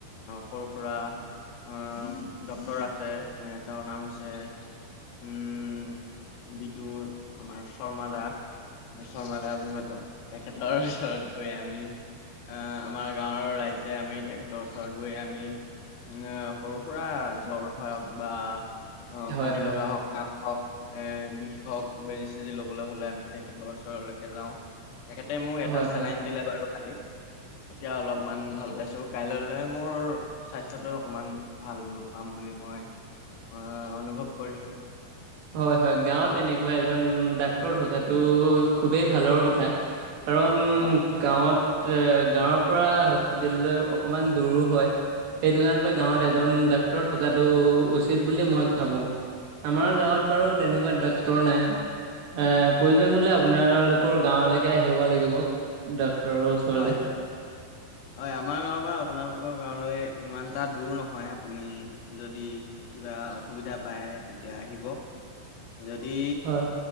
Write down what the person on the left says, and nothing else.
সৰু-সুৰা অ', ডক্তৰ আছে, এ তেওঁৰ নাম হৈছে উম, বিদু আমাৰ শৰ্মা দা। শৰ্মাদা বুলি মাতো, তেখেতৰ ওচৰত গৈ আমি আহ, আমাৰ গাঁৱৰ ৰাইজে আমি তেখেতৰ ওচৰত গৈ আমি এ সৰু-সুৰা জ্বৰ হওক বা অ',
পানী
লগা হওক, কাহ হওক, এ বিষ হওক, বেজি-চেজি লবলৈ হলে আমি তেখেতৰ ওচৰলৈকে যাওঁ, তেখেতে মোক এটা
চেলাইন
দিলে বাৰু কালি। এতিয়া অলপমান ভাল পাইছো। কাইলৈলৈ মোৰ স্বাস্থ্যটো অকণমান ভাল পাম বুলি মই অ', অনুভৱ কৰিছো।
হয়
হয়
হয় হয় হয়, আমাৰ গাঁৱৰ পৰা আপোনালোকৰ গাঁৱলৈ ইমানটা দূৰ নহয়, আপুনি যদি কিবা অসুবিধা পায় তেতিয়া আহিব, যদি